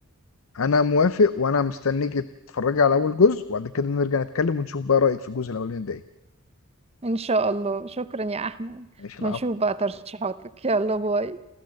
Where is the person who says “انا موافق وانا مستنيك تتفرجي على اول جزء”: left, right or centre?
Left